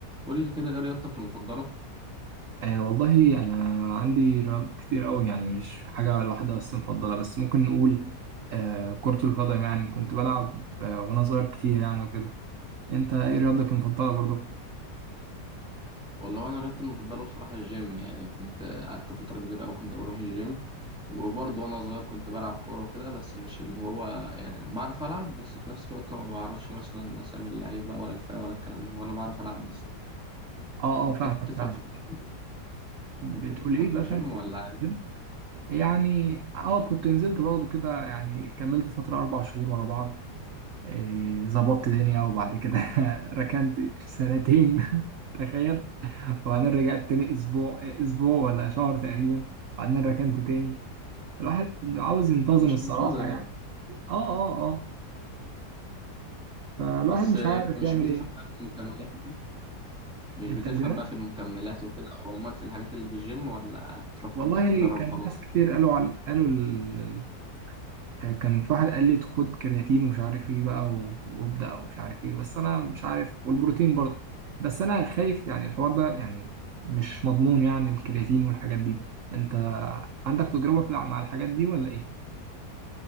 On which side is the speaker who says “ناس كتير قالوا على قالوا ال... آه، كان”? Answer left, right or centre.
Right